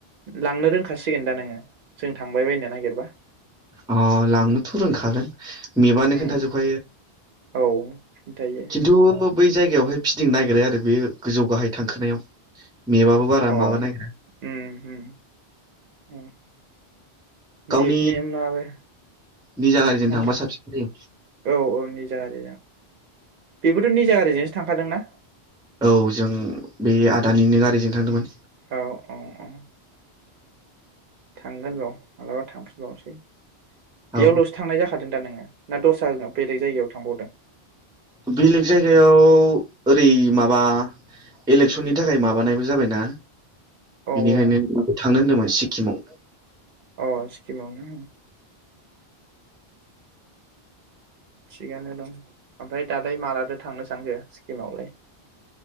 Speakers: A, on the right (about 60°); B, in the centre.
A: लांनो रोंखासिगोन दा नोङो जों थांबाय बायनो नागिरबा।
B: अ लांनोथ' रोंखागोन। मेबानो
A: उम
B: खोनथाजोबखायो
A: औ खिन्थायो
B: खिन्थु बै जायगायावहाय फिदिं नागिरो आरो बे गोजौ गाहाय थांखोनायाव। मेबाबो बारा
A: औ
B: माबा नागिरा।
A: उम उम औ
B: गावनि
A: नेटनि माबो मा
B: निजा गारिजों
A: होनदों
B: थांबा साबसिन जायो
A: औ औ निजा गारिजों बेबोथ' निजा गारिजों थांखादों ना?
B: औ जों बे आदानिनो गारिजों थांदोंमोन
A: औ औ औ। थांगोन र' मालाबा थांफिनबावनोसै। बेयावल'सो
B: औ
A: थांनाय जाखादों दा नोङो? ना दस्राजों बेलेग जायगायाव थांबावदों?
B: बेलेग जायगायाव ओरै माबा इलेकसननि थाखाय माबानायबो जाबायना।
A: अ
B: बेनिखायनो थांनो होनदोंमोन सि किमाव
A: अ स्किमावनो? थिगानो दं ओमफ्राय दालाय मालादो थांनो सानखो सिक्किमावलाय?